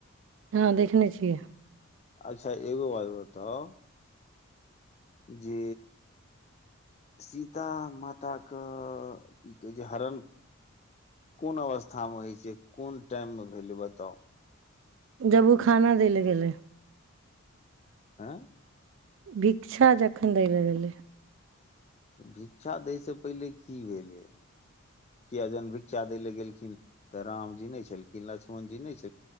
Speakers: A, on the right; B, on the left.
A: हँ देखने छियै
B: अच्छा एगो बात उ जे सीता माताके कय की कहै छै हरण कोन अवस्थामे होइत छै कोन टाइममे भेलै बताउ
A: जब ओ खाना देय लयं गेलै
B: आँ
A: भिक्षा जखन दै लए गेलै
B: भिक्षा दै से पहिले की भेलै किया जहन भिक्षा दै ले गेलखिन तऽ रामजी नहि छलखिन लक्ष्मण जी नहि छलिन